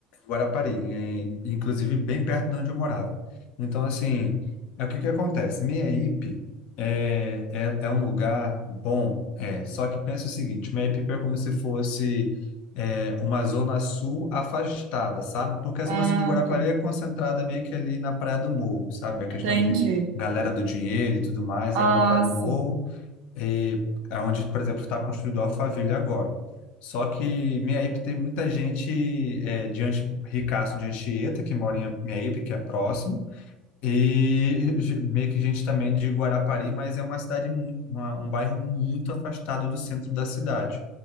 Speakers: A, on the left (about 65°); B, on the right (about 80°).
A: Guarapari, é, inclusive bem perto de onde eu morava. Então, assim, é o que que acontece? Minha IP é, é, é um lugar bom, é. Só que pensa o seguinte, minha IP é como se fosse é, uma zona sul afastada, sabe? Porque a
B: Ah,
A: zona sul de Guarapari
B: tá.
A: é concentrada meio que ali na Praia do Morro, sabe? A
B: Entendi.
A: questão de galera do dinheiro e tudo mais,
B: Ah,
A: ali na Praia do
B: sim.
A: Morro. e aonde, por exemplo, está construído a Alphaville agora. Só que Meiaípe tem muita gente é, de Anchi- Ricaço de Anchieta, que mora em Meiaípe, que é próximo, e ge- meio que gente também de Guarapari, mas é uma cidade, mu- uma, um bairro muito afastado do centro da cidade.